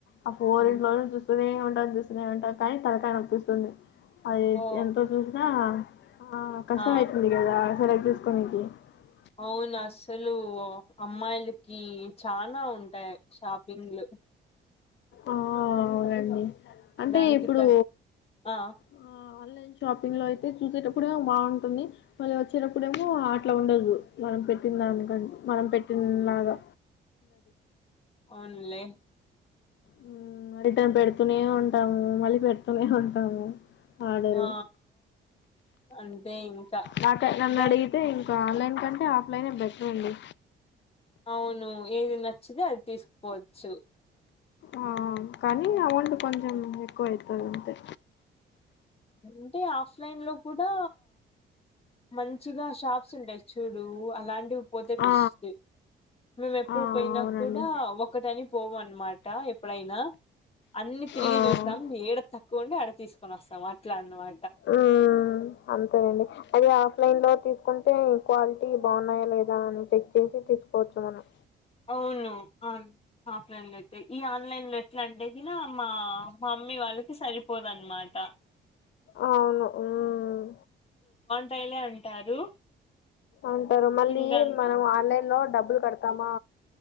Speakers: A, on the left; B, on the left.
A: ఆ <unintelligible> ఫోర్
B: అన్
A: ఇం రోజులు చూస్తూనే ఉంటారు చూస్తూనే ఉంటారు కానీ తనకాయని అనిపిస్తుంది అయి
B: ఓ
A: ఎంత చూసిన ఆ కష్టం
B: ఆ
A: అతుంది కదా హలాక్ తీసుకో ననికి <unintelligible>
B: అవును అసలు అమ్మాయిలకి చనా ఉంట టే షాపింగ్ లు
A: ఆ అవునండి అంటే
B: దానికి
A: ఇప్పుడు
B: త ఆ
A: ఆ ఆన్లైన్ షాపింగ్ లో అయితే చూసేటప్పుడే బాగుంటుంది మళ్ళీ వచ్చేటప్పుడేమో అట్లా ఉండదు మనం పెట్టిందానికం మనం పెట్టి లాగా
B: అవులే
A: హు రిటర్న్ పెడుతూనే ఉంటాము మళ్ళీ పెడుతూనే ఉంటాము వాడరు
B: ఆ అంతే ఇంకా
A: నాట నన్న
B: అంటే
A: అడిగితే ఇ ఆన్లైన్ కంటే ఆఫ్లైనే బెటర్ ఉంది
B: అవును ఏది నచ్చితే అది తీసుకుపోవచ్చు
A: ఆ కానీ ఆ వంంట కొంచెం ఎక్కువ అవుతుంది అంతే
B: అంటే ఆఫ్లైన్ లో కూడా మంచిగా షాప్స్ ఉంటాయి చూడు అలాంటి పోతే
A: ఆ
B: బెస్ట్ మేము ఎప్పుడు
A: ఆ
B: పోయినా
A: అవునండి
B: కూడా ఒకటని పోము అన్నమాట ఎప్పుడైనా అన్ని తిరిగి
A: ఆ
B: చూస్తాం ఏడ తక్కువ ఉంటే ఆడ తీసుకొని వస్తాం అట్లా అన్నమా
A: హ్మ్ అంతేనండి అది ఆఫ్లైన్ లో తీసుకుంటే క్వాలిటీ బాగున్నాయా లేదా అని చెక్ చేసి తీసుకోవచ్చు మనం
B: అవును ఆను ఆఫ్లైన్ లో ఈ ఆన్లైన్ లో ఎట్లా అంటే కి నా మా మమ్మీ వాళ్ళకి సరిపోదునమాట
A: అవును హ్మ్
B: టైలే అంటారు
A: అంటారు మళ్ళీ
B: ఇంకా
A: మనం ఆన్లైన్ లో డబ్బులు కడతామా